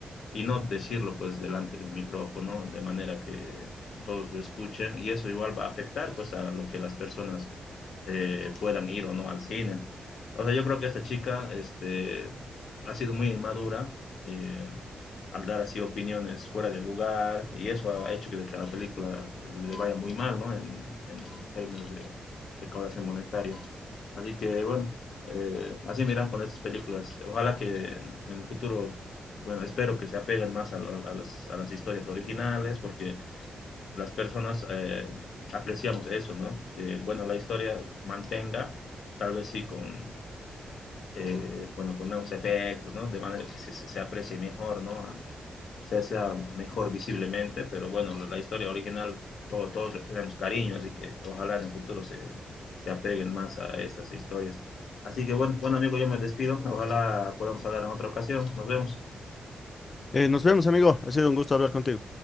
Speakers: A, on the left; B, on the left.
A: y no decirlo pues delante de un micrófono de manera que todos lo escuchen y eso igual va a afectar pues a lo que las personas eh, puedan ir o no al cine. O sea, yo creo que esta chica este, ha sido muy inmadura eh, al dar así opiniones fuera del lugar y eso ha hecho que, de que a la película le vaya muy mal ¿no? en, en términos de recaudación monetaria. Así que bueno, eh, así miran con estas películas. Ojalá que en el futuro bueno, espero que se apeguen más a, a, a, las, a las, historias originales, porque las personas eh, apreciamos eso, ¿no? Que, bueno, la historia mantenga, tal vez sí con, eh, bueno, con nuevos efectos, ¿no? De manera que se, se, se aprecie mejor, ¿no? Se sea mejor visiblemente, pero bueno, la, la historia original todo, todos le tenemos cariño, así que ojalá en el futuro se, se apeguen más a estas historias. Así que bueno, bueno amigo, yo me despido. Ojalá podamos hablar en otra ocasión. Nos vemos.
B: Eh, nos vemos, amigo. Ha sido un gusto hablar contigo.